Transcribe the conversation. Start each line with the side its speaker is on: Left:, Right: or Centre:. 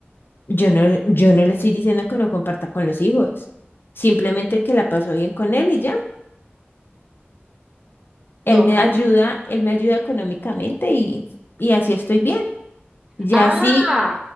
Left: Yo no, yo no le estoy diciendo que no comparta con los hijos, simplemente que la pasó bien con él y ya.
Right: No,
Left: Él me
Right: Karen.
Left: ayuda, él me ayuda económicamente y, y así estoy bien. Ya
Right: Ah,
Left: sí,